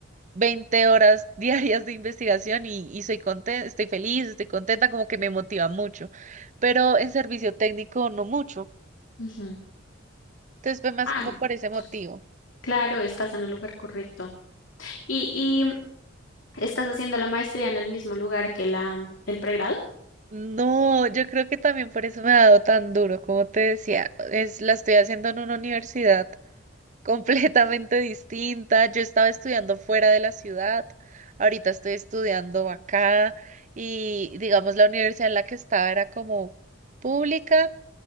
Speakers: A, on the right; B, on the left.
A: 20 horas <laughs> diarias de investigación y, y soy contenta, estoy feliz, estoy contenta, como que me motiva mucho, pero en servicio técnico no mucho.
B: Ujú.
A: Entonces fue más
B: Ah,
A: como
B: no,
A: por ese motivo.
B: entonces, claro, estás en el lugar correcto. Y Estás haciendo la maestría en el mismo lugar que la, el pregrado.
A: No, yo creo que también por eso me ha dado tan duro, como te decía, es la estoy haciendo en una universidad completamente distinta. Yo estaba estudiando fuera de la ciudad, ahorita estoy estudiando acá y digamos la universidad en la que estaba era como pública,